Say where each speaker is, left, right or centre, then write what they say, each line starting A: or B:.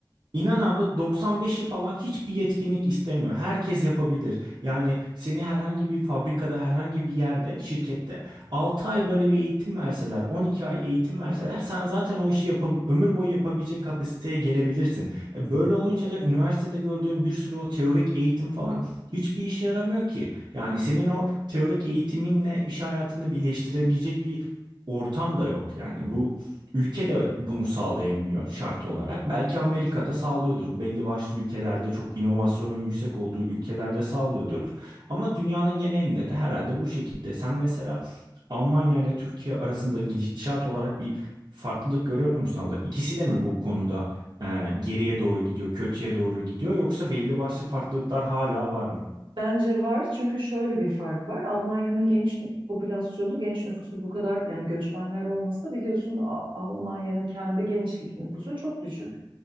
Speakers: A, on the right; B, on the right.
A: inan abla 95'i falan hiçbir yetkinlik istemiyor. Herkes yapabilir. Yani seni herhangi bir fabrikada, herhangi bir yerde, şirkette 6 ay böyle bir eğitim verseler, 12 ay eğitim verseler sen zaten o işi yapab ömür boyu yapabilecek kapasiteye gelebilirsin. E, Böyle olunca da üniversitede gördüğün bir sürü o teorik eğitim falan hiçbir işe yaramıyor ki. Yani senin o teorik eğitiminle iş hayatını birleştirebilecek bir ortam da yok. Yani bu Ülke de bunu sağlayamıyor şart olarak. Belki Amerika'da sağlıyordur. Belli başlı ülkelerde çok inovasyonun yüksek olduğu ülkelerde sağlıyordur. Ama dünyanın genelinde de herhalde bu şekilde. Sen mesela Almanya ile Türkiye arasında gidişat olarak bir farklılık görüyor musun abla? İkisi de mi bu konuda e, geriye doğru gidiyor, kötüye doğru gidiyor yoksa belli başlı farklılıklar hala var mı?
B: Bence var çünkü şöyle bir fark var. Almanya'nın genç popülasyonu, genç nüfusu bu kadar yani göçmenler olmasa biliyorsun A- Almanya'nın kendi gençlik nüfusu çok düşük.